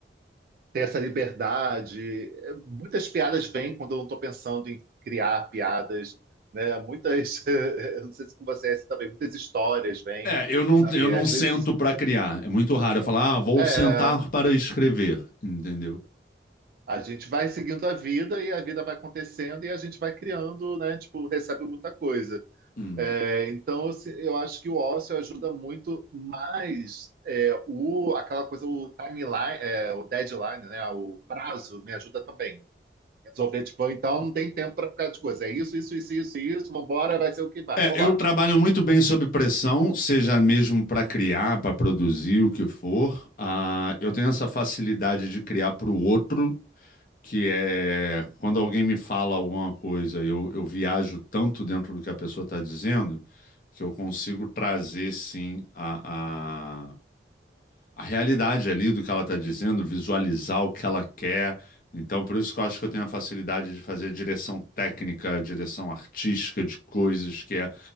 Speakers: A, on the right (about 55°); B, on the left (about 50°).
A: ter essa liberdade. É, Muitas piadas vêm quando eu não estou pensando em criar piadas, né? Muitas, <laughs> eu não sei se com você é assim também, muitas histórias vêm,
B: É, eu não,
A: sabe?
B: eu não
A: Às
B: sento
A: vezes,
B: para criar. É muito raro eu falar, ah, vou
A: é,
B: sentar para escrever, entendeu?
A: A gente vai seguindo a vida e a vida vai acontecendo e a gente vai criando, né? Tipo, recebe muita coisa.
B: Hum.
A: É, então, assim, eu acho que o ócio ajuda muito mais é, o, aquela coisa, o timeline, é, o deadline, né? O prazo me ajuda também. Resolver, tipo, então não tem tempo para ficar de coisa. É isso, isso, isso, isso, isso, vambora, vai ser o que vai,
B: É,
A: vambora.
B: eu trabalho muito bem sob pressão, seja mesmo para criar, para produzir, o que for. Ah, eu tenho essa facilidade de criar para o outro, que é quando alguém me fala alguma coisa, eu, eu viajo tanto dentro do que a pessoa está dizendo, que eu consigo trazer, sim, a, a realidade ali do que ela está dizendo, visualizar o que ela quer. Então, por isso que eu acho que eu tenho a facilidade de fazer direção técnica, direção artística de coisas, que é